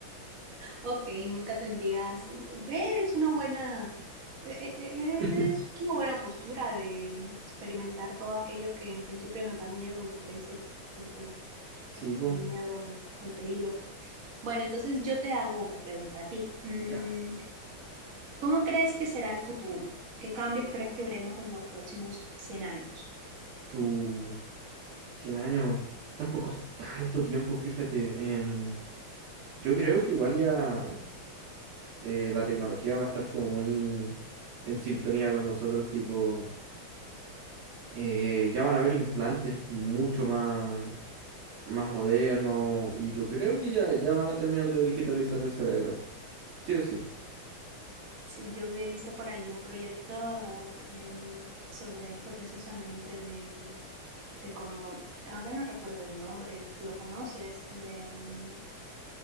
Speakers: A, on the right; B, on the right.
A: Ok, nunca tendrías. ¿Ves? Una buena. e- e-
B: <laughs>
A: e, Es una buena postura de experimentar todo aquello que en principio nos da miedo por ese, por, por,
B: Sí, pues,
A: por el miedo de- del peligro. Bueno, entonces yo te hago una pregunta a ti. Mm,
B: ya.
A: ¿Cómo crees que será el futuro? ¿Qué cambios crees que veremos en los próximos cien años?
B: Uh, cien años, tampoco es tanto tiempo, fíjate. Em, yo creo que igual ya. eh, la tecnología va a estar como muy en sintonía con nosotros, tipo, eh, ya van a haber implantes mucho más, más modernos y yo creo que ya, ya van a terminar de digitalizar el cerebro, sí o sí,
A: Sí, yo he visto por allí un proyecto em, sobre esto precisamente de de como, ahora no recuerdo el nombre, ¿lo conoces? De, mm,